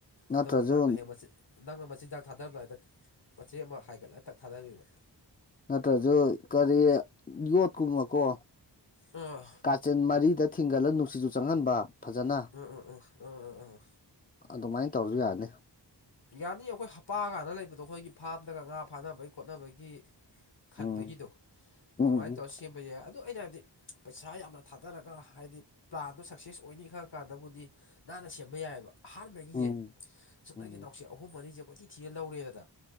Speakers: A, on the left; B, on the left.
A: ꯅꯠꯇ꯭ꯔꯁꯨ
B: ꯑꯗꯨꯒ ꯅꯪꯅ ꯍꯦꯛ ꯃꯆꯤꯟ ꯅꯪꯅ ꯃꯆꯤꯟꯖꯥꯛ ꯊꯥꯗꯔꯝꯗꯥꯏꯗ ꯃꯆꯦ ꯑꯃ ꯍꯥꯏꯒꯠꯂꯒꯥ ꯊꯥꯗꯕꯤꯕ
A: ꯅꯠꯇ꯭ꯔꯁꯨ ꯀꯔꯤ ꯌꯣꯠꯀꯨꯝꯕꯀꯣ
B: ꯑꯥ
A: ꯀꯥꯆꯦꯟ ꯃꯔꯤꯗ ꯊꯤꯡꯒꯠꯂꯒ ꯅꯨꯡꯁꯤꯖ ꯆꯪꯍꯟꯕ ꯐꯖꯅ
B: ꯑꯥ ꯑꯥ ꯑꯥ ꯑꯥ ꯑꯥ ꯑꯥ
A: ꯑꯗꯨꯃꯥꯏꯅ ꯇꯧꯔꯁꯨ ꯌꯥꯅꯤ꯫
B: ꯌꯥꯅꯤ ꯑꯩꯈꯣꯏ ꯍꯄꯥꯒꯥꯟꯗ ꯂꯩꯕꯗꯣ ꯑꯩꯈꯣꯏꯒꯤ ꯐꯥꯝꯗꯒ ꯉꯥ ꯐꯥꯅꯕꯒꯤ ꯈꯣꯠꯅꯕꯒꯤ ꯈꯟꯕꯒꯤꯗꯣ
A: ꯎꯝ ꯎꯝ
B: ꯑꯗꯨꯃꯥꯏꯅ ꯇꯧꯔ ꯁꯦꯝꯕ ꯌꯥꯏ ꯑꯗꯨꯗ ꯑꯩꯅ ꯍꯥꯏꯕꯗꯤ ꯄꯩꯁꯥ ꯌꯥꯝꯅ ꯊꯥꯗꯔꯒ ꯍꯥꯏꯗꯤ ꯄ꯭ꯂꯥꯟꯗꯣ ꯁꯛꯁꯦꯁ ꯑꯣꯏꯅꯤ ꯈꯪ ꯀꯥꯟꯗꯕꯨꯗꯤ ꯅꯥꯟꯅ ꯁꯦꯝꯕ ꯌꯥꯏꯑꯕ꯫ ꯑꯍꯥꯟꯕꯒꯤꯁꯦ
A: ꯎꯝ
B: ꯁꯨꯞꯅꯒꯤ
A: ꯎꯝ
B: ꯅꯥꯎꯁꯦ ꯑꯍꯨꯝ ꯃꯔꯤꯁꯦ ꯀꯣꯏꯊꯤ ꯊꯤꯅ ꯂꯧꯔꯦꯗꯅ